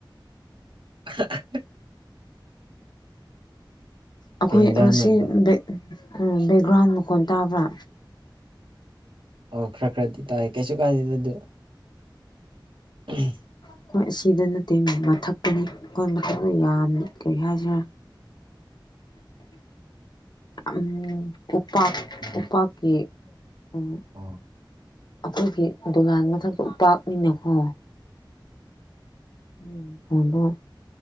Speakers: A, on the right (about 85°); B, on the left (about 60°).
A: ꯑꯍꯥ ꯑꯍꯥ
B: ꯑꯩꯈꯣꯏ
A: ꯀꯩ ꯌꯦꯟꯖꯥꯡꯅꯣ
B: ꯁꯤ
A: ꯑꯗꯣ
B: ꯕꯦ ꯕꯦꯛꯒ꯭ꯔꯥꯎꯟ ꯃꯈꯣꯟ ꯇꯥꯕ꯭ꯔꯥ
A: ꯑꯣ ꯈꯔ ꯈꯔꯗꯤ ꯇꯥꯏ ꯀꯩꯁꯨ ꯀꯥꯟꯗꯦꯗ ꯑꯗꯨ ꯎꯝ
B: ꯑꯈꯣꯏ ꯑꯁꯤꯗ ꯅꯠꯇꯦ ꯃꯊꯛꯇꯅꯤ ꯑꯩꯈꯣꯏ ꯃꯊꯛꯇ ꯌꯥꯝ ꯀꯔꯤ ꯍꯥꯏꯁꯤꯔꯥ ꯌꯥꯝ ꯎꯄꯥꯛ
A: ꯎꯝ
B: ꯎꯄꯥꯛꯀꯤ ꯎꯝ
A: ꯑꯣ
B: ꯑꯩꯈꯣꯏꯒꯤ ꯗꯨꯂꯥꯟ ꯃꯊꯛꯇ ꯎꯄꯥꯛꯅꯤꯅꯀꯣ ꯎꯜ ꯍꯪꯂꯣꯏ